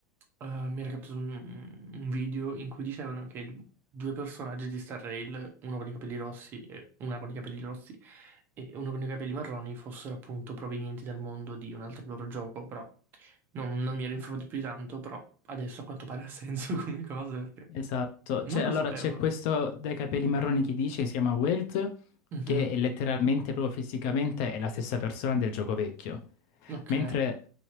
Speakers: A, on the right (about 20°); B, on the left (about 35°).
A: eh, mi era capitato un, un video in cui dicevano che il- due personaggi di Star Rail, uno con i capelli rossi e una con i capelli rossi e uno con i capelli marroni, fossero appunto provenienti dal mondo di un altro loro gioco, però non, non mi ero informato più di tanto, però adesso a quanto pare ha senso <laughs> come cosa perché
B: Esatto,
A: non
B: Cioè,
A: lo
B: allora
A: sapevo.
B: c'è questo dai capelli marroni che dice, si chiama Welt,
A: Mhm,
B: che è letteralmente, proprio fisicamente, è la stessa persona del gioco vecchio,
A: Ok,
B: mentre